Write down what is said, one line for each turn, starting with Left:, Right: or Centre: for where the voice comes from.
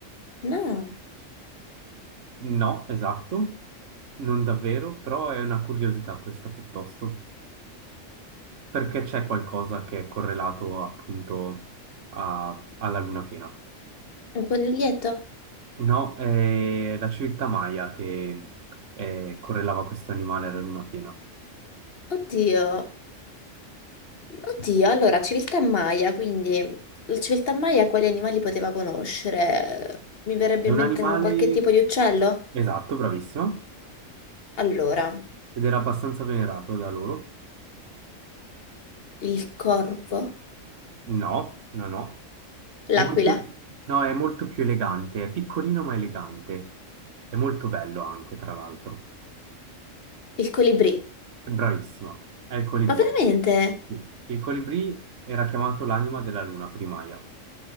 Left: no.
Right: No, esatto, non davvero, però è una curiosità questa piuttosto, perché c'è qualcosa che è correlato appunto a- alla luna piena.
Left: Un coniglietto?
Right: No, è la civiltà Maya che eh, correlava questo animale alla luna piena.
Left: Oddio, oddio. Allora, civiltà Maya, quindi la civiltà Maya quali animali poteva conoscere? Mi verrebbe
Right: È
Left: in
Right: un
Left: mente
Right: animale,
Left: un qualche tipo di uccello?
Right: esatto, bravissimo,
Left: Allora,
Right: ed era abbastanza venerato da loro.
Left: il corvo,
Right: No, no, no. Molto-
Left: l'aquila,
Right: no, è molto più elegante, è piccolino ma elegante, è molto bello anche, tra l'altro.
Left: il colibrì.
Right: Bravissima, è il colibrì.
Left: Ma veramente?
Right: Sì. Il colibrì era chiamato l'anima della luna primaia.